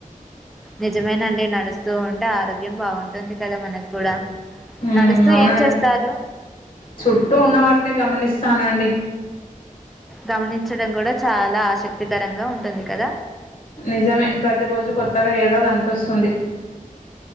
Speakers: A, in the centre; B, on the left.
A: నిజమేనండి నడుస్తూ ఉంటే ఆరోగ్యం బాగుంటుంది. కదా మనకు కూడా
B: ఊమ్
A: నడుస్తూ
B: అవునండి
A: ఏం చేస్తారు
B: చుట్టూ ఉన్నవాటి నే గమనిస్తానండి
A: గమనించడం కూడా చాలా ఆసక్తికరంగా ఉంటుంది. కదా
B: నిజమే ప్రతిరోజు కొత్తగా ఏదో కనిపిస్తుంది